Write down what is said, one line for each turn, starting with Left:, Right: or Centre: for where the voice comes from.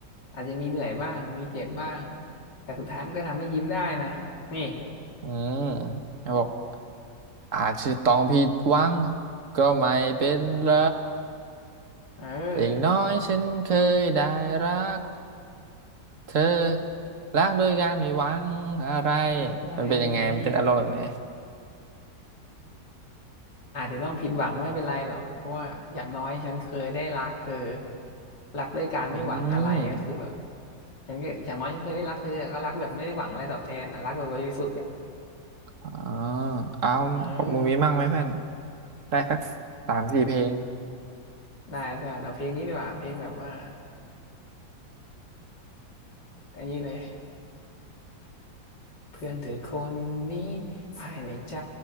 Left: อาจจะมีเหนื่อยบ้างมีเจ็บบ้างแต่สุดท้ายมันก็ทำให้ยิ้มได้นะนี่
Right: อืมเขาบอก อาจจะต้องผิดหวังก็ไม่เป็นไร
Left: เออ
Right: อย่างน้อยฉันเคยได้รักเธอรักโดยการไม่หวังอะไร
Left: อะไร
Right: มันเป็นยังไงมันเป็นอารมณ์แบบไหน
Left: นี่ อาจจะต้องผิดหวังไม่เป็นไรหรอกเพราะว่าอย่างน้อยฉันเคยได้รักเธอรักด้วยการไม่หวังอะไรก็คือแบบ
Right: อืม
Left: ฉันก็อย่างน้อยฉันเคยได้รักเธอก็รักแบบไม่ได้หวังอะไรตอบแทนอะรักแบบบริสุทธิ์อะ
Right: อ๋อเอาของมึงมีมั่งไหมเพื่อน
Left: เออ
Right: ได้สักสามสี่เพลง
Left: ได้เพื่อนเอาเพลงนี้ดีกว่าเพลงแบบว่าอันนี้เลยเพื่อนเธอคนนี้ภายในใจ